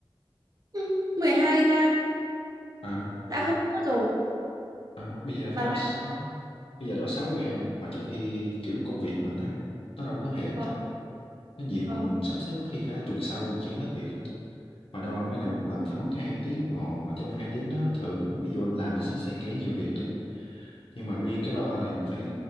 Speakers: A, on the right; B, on the left.
A: Ừ, 12 gram
B: à,
A: đã không nhớt rồi
B: à bây giờ
A: mà
B: phải
A: lại
B: đo s- bây giờ đo 6 gram mà trong khi kiểu công việc mình á nó đâu có hề ít
A: vâng,
B: đâu nó nhiều mà
A: vâng.
B: mình sắp xếp có khi cả tuần sau còn chưa hết việc nữa mà đo cái này một lần phải mất 2 tiếng đồng hồ mà trong 2 tiếng đó thường á, ví dụ anh làm nó sẽ xen kẽ nhiều việc đi nhưng mà
A: vâng.
B: riêng cái đo này mình phải